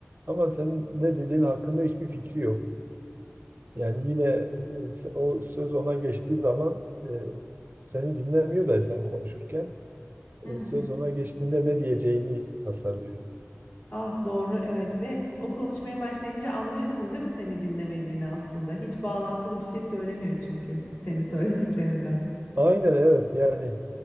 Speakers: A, on the right (about 45°); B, on the left (about 55°).
A: ama senin ne dediğin hakkında hiçbir fikri yok. Yani yine e, s- o söz ona geçtiği zaman e, seni dinlemiyor da sen konuşurken e,
B: Hı hı.
A: söz ona geçtiğinde ne diyeceğini tasarlıyor.
B: Ah doğru evet ve o konuşmaya başlayınca anlıyorsun değil mi seni dinlemediğini aslında. Hiç bağlantılı bir şey söylemiyor çünkü senin söylediklerinden.
A: Aynen evet yani